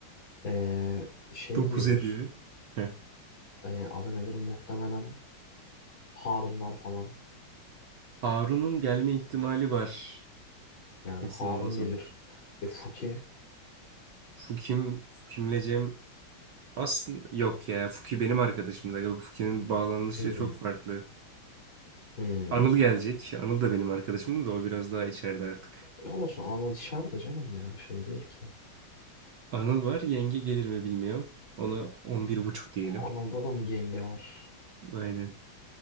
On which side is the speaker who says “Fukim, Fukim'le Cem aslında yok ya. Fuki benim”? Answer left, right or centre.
Right